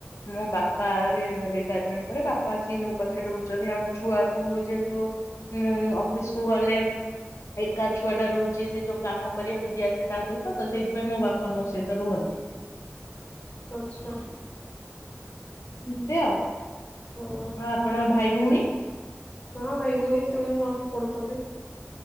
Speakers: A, on the left; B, on the left.
A: ମୋ ବାପା ସେ ରିଟାଏଡ଼ମେଣ୍ଟ ପରେ ବାପା ଆସିକି ମୋ ପାଖରେ ରହୁଚନ୍ତି। ଆଉ ଛୁଆକୁ ଯେହେତୁ ମୁଁ ଅଫିସକୁୁ ଗଲେ ଏକା ଛୁଆ ଟା ରହୁଛି ସେ ଯୋଉ କାମ କରିବାକୁ ଯିଏ ଆସେ ତା ସହିତ ତ ସେଇଥିପାଇଁ ମୋ ବାପା ମୋ ସହିତ ରୁହନ୍ତି।
B: ଆଚ୍ଛା।
A: ଏମତି ଆଉ। ଆଉ
B: ହଁ।
A: ଆପଣଙ୍କ ଭାଇ ଭଉଣୀ?
B: ହଁ ଭାଇ ଭଉଣୀ ସେମାନେ ସମସ୍ତେ ପଢୁଚନ୍ତି।